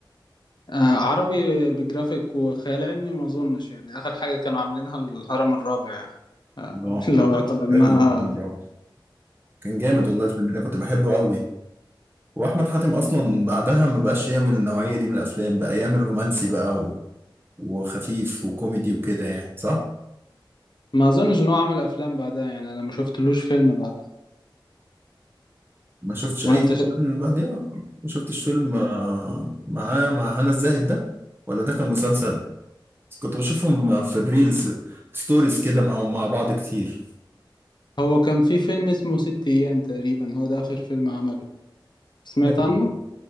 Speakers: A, on the left; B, on the right.
A: آه، عربي بجرافيك وخيال علمي ما اظنش يعني اخر حاجة كانوا عاملينها الهرم الرابع يعني. آه،
B: اه
A: <laughs> لو اعتبرناها
B: حلو الفيلم ده. كان جامد والله الفيلم ده كنت بحبه قوي واحمد حاتم اصلا بعدها ما بقاش يعمل النوعيه دي من الافلام بقى يعمل رومانسي بقى وخفيف وكوميدي وكده يعني صح؟
A: ما اظنش ان هو عمل افلام بعدها يعني انا ما شفتلوش فيلم بعدها
B: ما شفتش
A: ولا
B: أي
A: انت
B: فيلم من بعديها ما شفتش فيلم آه، معاه مع هنا الزاهد ده ولا ده كان مسلسل بس كنت بشوفهم في الريلز ستوريز كده معاهم مع بعض كتير
A: هو كان في فيلم اسمه ست أيام تقريبا هو ده آخر فيلم عمله سمعت
B: حلو.
A: عنه؟